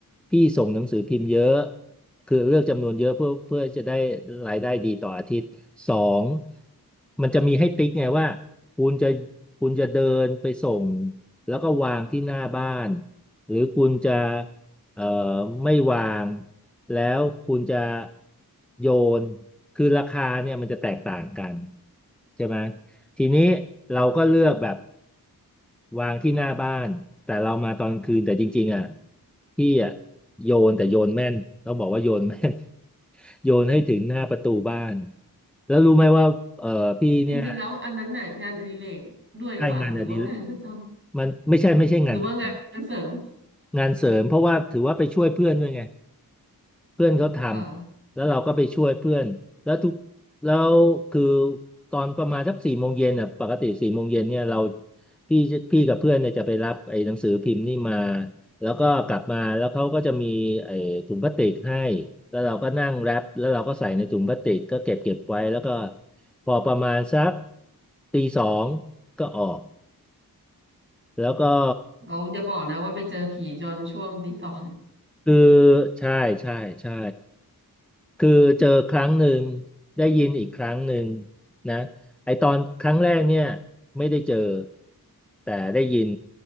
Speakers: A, in the centre; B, on the right (about 30°).
A: พี่ส่งหนังสือพิมพ์เยอะคือเลือกจำนวนเยอะเพื่อเพื่อจะได้รายได้ดีต่ออาทิตย์สองมันจะมีให้ติ๊กไงว่าคุณจะคุณจะเดินไปส่งแล้วก็วางที่หน้าบ้านหรือคุณจะ เอ่อไม่วางแล้วคุณจะโยนคือราคาเนี่ยมันจะแตกต่างกันใช่ไหมทีนี้เราก็เลือกแบบวางที่หน้าบ้านแต่เรามาตอนคืนแต่จริงๆอ่ะพี่อ่ะโยนแต่โยนแม่นต้องบอกว่าโยนแม่น <laughs> โยนให้ถึงหน้าประตูบ้านแล้วรู้ไหมว่าเอ่อพี่เนี่ย
B: จริงๆแล้วอันนั้นน่ะงานอดิเรกด้วยหรือเปล่าหรือว่างานประจำ
A: ได้งานอดิเรกมันไม่ใช่ไม่ใช่งานประจ
B: หรือว่างานเสริม
A: ำงานเสริมเพราะว่าถือว่าไปช่วยเพื่อนด้วยไง เพื่อนเขาทำแล้วเราก็ไปช่วยเพื่อนแล้วทุก
B: ค่ะ
A: แล้วคือตอนประมาณสักสี่โมงเย็นอ่ะปกติสี่โมงเย็นเนี่ยเราพี่พี่กับเพื่อนเนี่ยจะไปรับไอ้หนังสือพิมพ์นี่มาแล้วก็กลับมาแล้วเขาก็จะมีไอ้ถุงพลาสติกให้แล้วเราก็นั่งแรปแล้วเราก็ใส่ในถุงพลาสติกก็เก็บเก็บไว้แล้วก็พอประมาณสักตีสองก็ออกแล้วก็
B: เราจะบอกนะว่าไปเจอผีจนช่วงตีสอง
A: คือใช่ใช่ใช่ คือเจอครั้งหนึ่งได้ยินอีกครั้งหนึ่งนะไอตอนครั้งแรกเนี่ยไม่ได้เจอแต่ได้ยิน